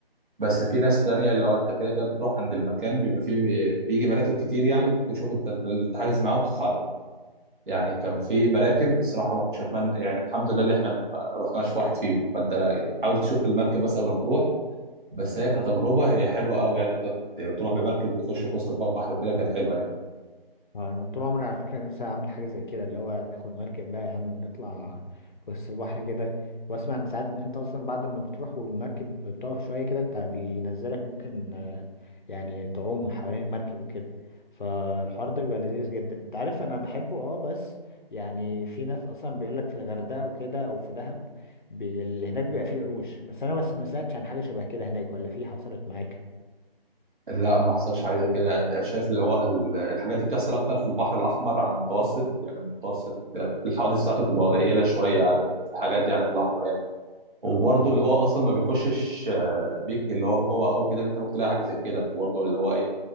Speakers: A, on the right (about 55°); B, on the left (about 55°).
A: بس في ناس تانية اللي هو انت كده كده بتروح عند المكان بيبقى فيه بيجي مراكب كتير يعني تشوف انت اللي تحجز معاه وتتحرك يعني كان في مراكب الصراحة ما كنتش اتمنى يعني الحمد لله اللي احنا ما رحناش في واحد فيهم فانت لا يعني حاول تشوف المركب بس قبل ما تروح بس هي كتجربة هي حلوة قوي يعني انت تروح بمركب وتخش في وسط البحر وكده كانت حلوة
B: اه انا طول عمري على فكره نفسي اعمل حاجه زي كده اللي هو تاخد مركب بقى يا عم ونطلع في وسط البحر كده واسمع ان ساعات ان انت اصلا بعد ما بتروح والمركب بتقف شويه كده انت بينزلك ممكن آه، يعني تعوم حوالين المركب وكده فالحوار ده بيبقى لذيذ جدا انت عارف انا بحبه اه بس يعني في ناس اصلا بيقول لك في الغردقه وكده او في دهب بي- اللي هناك بيبقى فيه قروش بس انا بس ما سمعتش عن حاجه شبه كده هناك ولا في حصلت معاك
A: لا ما حصلش حاجه زي كده يعني شايف اللي هو ال- الحاجات دي بتحصل اكتر في البحر الاحمر على المتوسط يعني المتوسط الحوادث بتاعته بتبقى قليله شويه على ال- في الحاجات دي على الاحمر يعني وبرده
B: اه
A: اللي هو اصلا ما بيخشش آه، بيك اللي هو جوه قوي كده انت ممكن تلاقي حاجه زي كده انت برده اللي هو ايه